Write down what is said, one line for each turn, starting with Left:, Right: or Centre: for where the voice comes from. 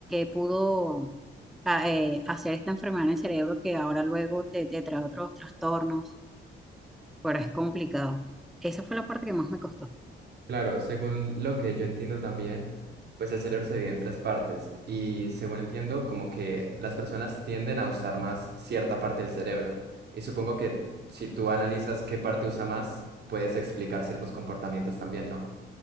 Centre: pudo a- eh, hacer esta enfermedad en el cerebro que ahora luego te, te trae otros trastornos, pero es complicado. Esa fue la parte que más me costó.
Right: Claro, según lo que yo entiendo también, pues el cerebro se divide en tres partes y según entiendo, como que las personas tienden a usar más cierta parte del cerebro. Y supongo que si tú analizas qué parte usa más, puedes explicar ciertos comportamientos también, ¿no?